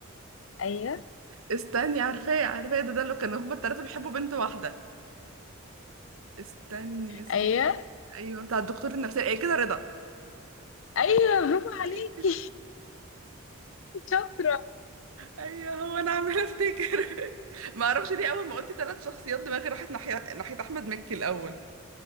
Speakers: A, on the left; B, on the right.
A: ايوه
B: استني عارفاه عارفاه ده ده اللي كانوا هما التلاتة بيحبوا بنت واحدة استني استني
A: ايوه
B: ايوه بتاع الدكتور النفسي ايه كده رضا
A: ايوه برافو عليكي
B: <laughs>
A: <laughs> شاطرة
B: ايوه هو انا عمالة افتكر <laughs> ما اعرفش ليه اول ما قلت تلات شخصيات دماغي راحت ناحية ناحية احمد مكي الاول